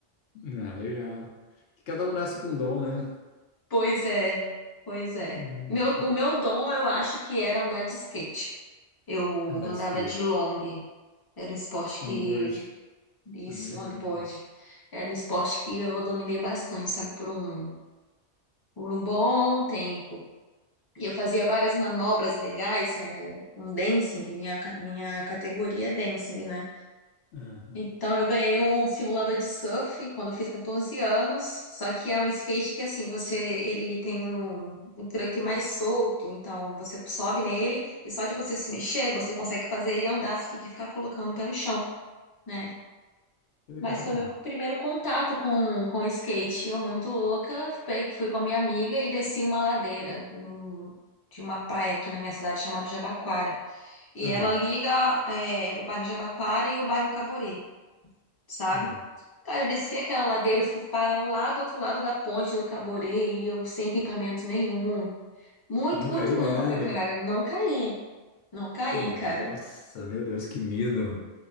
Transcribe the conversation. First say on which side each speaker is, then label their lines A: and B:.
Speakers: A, on the left (about 75°); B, on the left (about 30°).
A: Ah, legal. Que cada um nasce com um dom, né?
B: Pois é, pois é.
A: Uhum.
B: Meu, o meu dom, eu acho que era andar de skate. Eu
A: Andar
B: andava
A: de skate,
B: de long. Era um esporte que.
A: longboard.
B: Isso,
A: Ah, legal.
B: longboard. Era um esporte que eu dominei bastante, sabe, por um, por um bom tempo. E eu fazia várias manobras legais, é, um dancing, minha, ca- minha categoria é dancing, né?
A: Aham.
B: Então, eu ganhei um simulador de surf quando eu fiz 14 anos, só que é um skate que, assim, você, ele tem um, um truque mais solto, então você sobe nele e só de você se mexer, você consegue fazer ele andar, você tem que ficar colocando o pé no chão, né?
A: que Legal.
B: Mas foi meu primeiro contato com, com skate, eu muito louca, pe- fui com a minha amiga e desci uma ladeira hum, de uma praia aqui na minha cidade chamada Jabaquara, e
A: Ah,
B: ela liga é, o bairro Jabaquara e o bairro Caborê, sabe?
A: hum.
B: Cara, eu desci aquela ladeira, fui para lá do outro lado da ponte do Caborê e eu sem equipamento nenhum. Muito,
A: Não
B: muito
A: caiu
B: louca,
A: nem nada?
B: cara. Não caí. Não caí,
A: Nossa,
B: cara.
A: meu Deus, que medo.